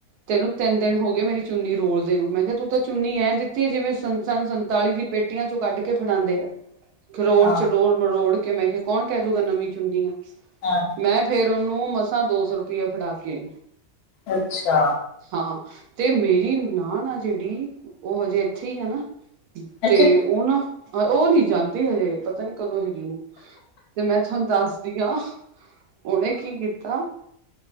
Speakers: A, on the right; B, on the left.
A: ਤੈਨੂੰ ਤਿੰਨ ਦਿਨ ਹੋ ਗਏ ਮੇਰੀ ਚੁੰਨੀ ਰੋਲਦੇ ਨੂੰ ਮੈਂ ਕਿਹਾ ਤੂੰ ਤਾਂ ਚੁੰਨੀ ਐ, ਤੀ ਜਿਵੇਂ ਸੰ ਸਾਨੂੰ ਸੰਤਾਲੀ ਦੀ ਪੇਟੀਆਂ ਚੋਂ ਕੱਢ ਕੇ ਫੜਾਂਦੇ ਆ। ਖਰੋੜ
B: ਹਾਂ
A: ਚਰੋੜ ਮਰੋੜ, ਕਿ ਮੈਂ ਕਿਹਾ, ਕੌਣ ਕਹਿ ਦੂਗਾ ਨਵੀਂ ਚੁੰਨੀ ਆਂ
B: ਹਾਂ
A: ਮੈਂ ਫੇਰ ਫਿਰ ਉਹਨੂੰ ਮਸਾਂ ਦੋ ਸੌ ਰੁਪਇਆ ਫੜਾ ਕੇ ਆਈ।
B: ਅੱਛਾ,
A: ਹਾਂ ਤੇ ਮੇਰੀ ਮਾ ਨਾ ਜਿਹੜੀ ਉਹ ਹਜੇ ਠੀਕ ਹੈ ਨਾ,
B: ਅੱਛਾ
A: ਤੇ ਉਹ ਨਾ ਉਹ ਨਹੀਂ ਜਾਂਦੀ ਹਜੇ, ਪਤਾ ਨੀ ਕਦੋਂ ਹਿੱਲੂ ਤੇ ਮੈਂ ਤੁਹਾਨੂੰ ਦੱਸਦੀ ਆ ਉਹਨੇ ਕੀ ਕੀਤਾ।